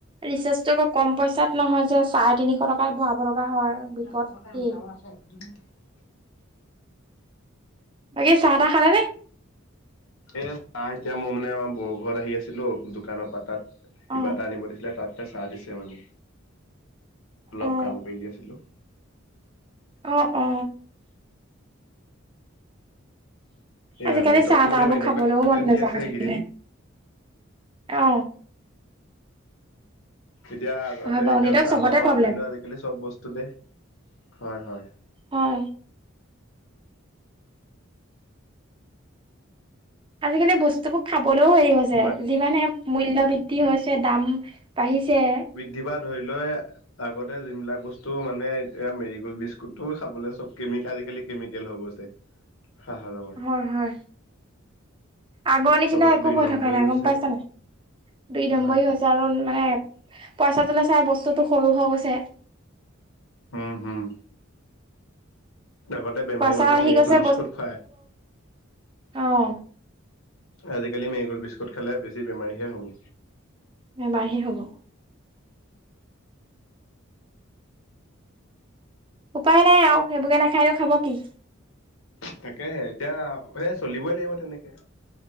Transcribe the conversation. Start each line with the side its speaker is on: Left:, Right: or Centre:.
Right: ৰিচাৰ্জ টো আকৌ কম পইচাত নহয় যে চাৰে তিনিশ টকাত ভৰাব লগা হয়
Left: <unintelligible>
Right: বিপদ দেই বাকী চাহ তাহ খালে নে?
Left: এ চাহ এতিয়া মই মানে আমাৰ বৌ ঘৰত আহি আছিলো দোকানৰ পৰা তাত
Right: অ
Left: কিবা এটা আনিব দিছিলে তাতে চাহ দিছে, মানে অলপ
Right: অ
Left: কাম কৰি দি আছিলোঁ।
Right: অ অ।
Left: এয়া
Right: আজিকালি
Left: নেটৱৰ্কটো
Right: চাহ
Left: মানে
Right: তাহবোৰ
Left: এনেকুৱা
Right: খাবলৈও
Left: প্ৰব্লেম
Right: মন নাযায়
Left: দি আছে
Right: হৈ থাকিলে
Left: এইকেইদিন
Right: আহ।
Left: এতিয়া আগতে
Right: হয় বাৰু
Left: এতিয়া
Right: নিতক
Left: চাহৰ
Right: চবতে
Left: পৰা
Right: প্ৰব্লেম
Left: ধৰি লোৱা আজিকালি চব বস্তুতে খোৱা হয়।
Right: হয় আজিকালি বস্তুবোৰ খাবলৈও হেৰি হৈছে
Left: বাক
Right: যিমানে মূল্য বৃ বৃদ্ধি হৈছে দাম বাঢ়িছে।
Left: কিবা ধৰি লয় আগতে যোন বিলাক বস্তু মানে এতিয়া মেৰি গ'ল্ড বিস্কুটটো খাবলৈ চব কেমিকেল আজিকালি কেমিকেল হৈ গৈছে। হাঁহৰ লগত
Right: হয় হয়। আগৰ নিচিনা
Left: চবতে
Right: একো
Left: দুই
Right: হৈ
Left: নম্বৰী
Right: থকা নাই
Left: হৈছে
Right: গম পাইছা নাই। দুই নম্বৰি
Left: হয় হয়
Right: হৈছে আৰু মানে পইচাটোলে চাই বস্তুটো সৰু হৈ গৈছে।
Left: উম হম আগতে বেমাৰী
Right: পইচাও
Left: মানুহক
Right: আহি
Left: মেৰিগোল
Right: গৈছে
Left: বিস্কুট খুৱায়।
Right: অঁ।
Left: আজিকালি মেৰীগল বিস্কুট খালে বেছি বেমাৰীহে হ'ব।
Right: বেমাৰি হ'ব। উপায় নাই আৰু সেইবোৰকে নাখাই নো খাব কি?
Left: তাকেহে এতিয়া সে চলিবই লাগিব তেনেকে।